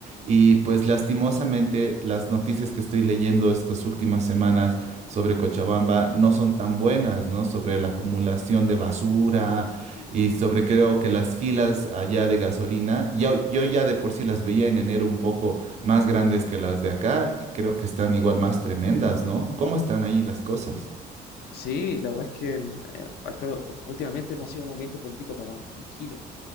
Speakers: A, on the right (about 40°); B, on the left (about 70°).
A: Y
B: <laughs>
A: pues lastimosamente las noticias que estoy leyendo estas últimas semanas sobre Cochabamba no son tan buenas, ¿no? Sobre la acumulación de basura
B: Mm.
A: y sobre creo que las filas allá de gasolina, yo, yo ya de por sí las veía en enero un poco más grandes que las de acá, y creo que están igual más tremendas, ¿no? ¿Cómo están ahí las cosas?
B: Sí, la verdad es que mm, eh, actual- últimamente no ha sido un ambiente político tan tranquilo.